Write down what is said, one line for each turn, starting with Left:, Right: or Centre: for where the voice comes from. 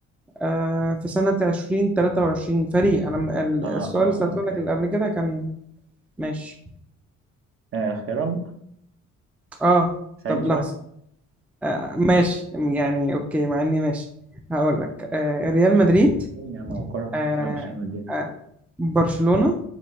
Centre: آه، في سنة 2023 فريق أنا م- ال-
Right: اه
Centre: السؤال
Right: اه
Centre: اللي سألته
Right: اه
Centre: لك
Right: فاهم
Centre: اللي قبل كده كان ماشي
Right: آه، اختيارات
Centre: آه
Right: ساعدني
Centre: طب لحظة
Right: شويه
Centre: آه، ماشي يعني أوكي مع إني ماشي هقول لك آه، ريال مدريد
Right: ايه يا عم هو كوره
Centre: آه،
Right: لا مش ريال مدريد
Centre: آه، برشلونة